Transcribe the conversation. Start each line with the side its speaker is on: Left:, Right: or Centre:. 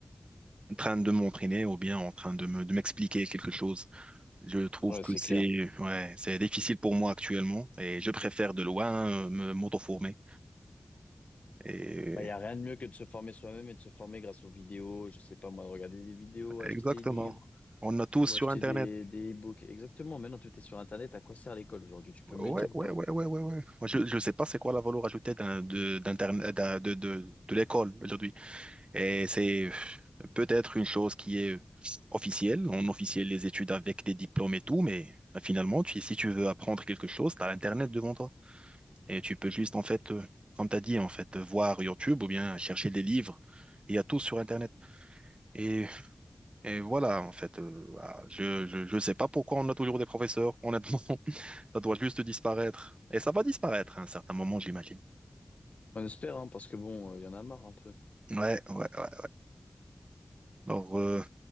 Right: en train de m'entraîner ou bien en train de me, de m'expliquer quelque chose. Je trouve
Left: Ouais,
Right: que
Left: c'est
Right: c'est,
Left: clair.
Right: ouais, c'est difficile pour moi actuellement et je préfère de loin euh, me, m'auto-former. Et...
Left: Bah, il n'y a rien de mieux que de se former soi-même et de se former grâce aux vidéos. Je sais pas, moi, de regarder des vidéos, acheter
Right: Exactement.
Left: des livres
Right: On a tous
Left: ou
Right: sur
Left: acheter
Right: Internet.
Left: des, des e-books. Exactement. Maintenant, tout est sur Internet. À quoi sert l'école aujourd'hui? Tu peux
Right: Ouais,
Left: me le dire ou
Right: ouais,
Left: pas?
Right: ouais, ouais, ouais, ouais. Moi, je ne sais pas c'est quoi la valeur ajoutée d'un, de, d'Internet, d'un- de, de, de l'école aujourd'hui. Et c'est peut-être une chose qui est officielle. On officielle les études avec des diplômes et tout, mais euh, finalement, tu- si tu veux apprendre quelque chose, tu as l'Internet devant toi. Et tu peux juste, en fait, euh, comme tu as dit, en fait, voir YouTube ou bien chercher des livres. Il y a tout sur Internet. Et, et voilà, en fait, euh, ah, je, je, je sais pas pourquoi on a toujours des professeurs, honnêtement. <laughs> Ça doit juste disparaître. Et ça va disparaître à un certain moment, j'imagine.
Left: On espère, hein, parce que bon, euh, il y en a marre un peu.
Right: Ouais, ouais, ouais. Alors, euh,